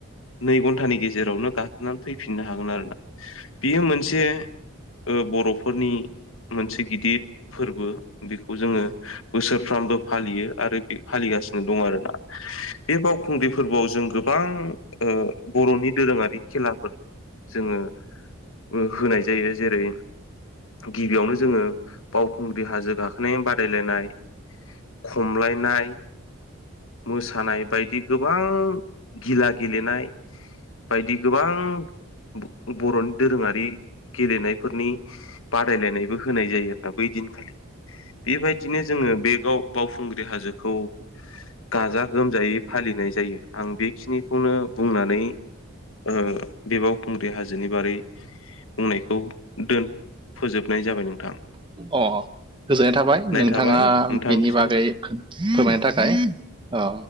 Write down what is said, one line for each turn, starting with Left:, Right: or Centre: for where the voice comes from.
Left: नै घन्टानि गेजेरावनो गाखोनानै फैफिननो हागोन आरोना बेयो मोनसे ओ बर'फोरनि मोनसे गिदिर फोरबो। बेखौ जोङो बोसोरफ्रामबो फालियो आरो फालिगासिनो दं आरोना। बे बावखुंग्रि फोरबोआव जों गोबां बर'नि दोरोङारि खेलाफोर जोङो ओ होनाय जायो जेरै गिबियावनो जोङो बावखुंग्रि हाजो गाखोनाय बादायलायनाय खमलायनाय मोसानाय बायदि गोबां गिला गेलेनाय बायदि गोबां बर'नि दोरोङारि गेलेनायफोरनि बादायलायनायबो होनाय जायो नोंथां बै दिनखालि बेबायदिनो जोङो बे बावखुंग्रि हाजोखौ गाजा गोमजायै फालिनाय जायो आं बेखिनिखौनो बुंनानै ओ बे बावखुंग्रि हाजोनि बारै बुंनायखौ दोन फोजोबनाय जाबाय नोंथां
Right: अ गोजोननाय थाबाय नोंथाङा
Left: थाबाय नोंथांनिसिम
Right: बेनि बागै फोरमायनायनि थाखाय औ।